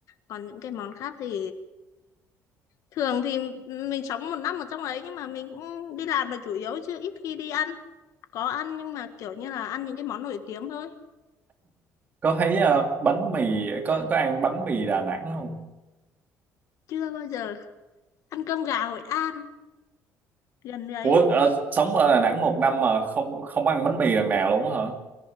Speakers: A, on the left; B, on the right.
A: còn những cái món khác thì thường thì mình sống một năm ở trong ấy nhưng mà mình cũng đi làm là chủ yếu chứ ít khi đi ăn có ăn nhưng mà kiểu như là ăn những cái món nổi tiếng thôi
B: có thấy ờ, bánh mì có có ăn bánh mì Đà Nẵng không
A: chưa bao giờ ăn cơm gà Hội An gần đấy
B: Ủa ờ, sống ở Đà Nẵng một năm mà không không ăn bánh mì lần nào luôn á hả